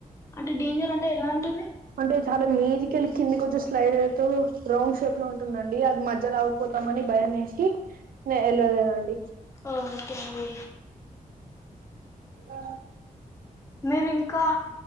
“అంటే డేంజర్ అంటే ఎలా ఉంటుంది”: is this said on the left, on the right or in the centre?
Left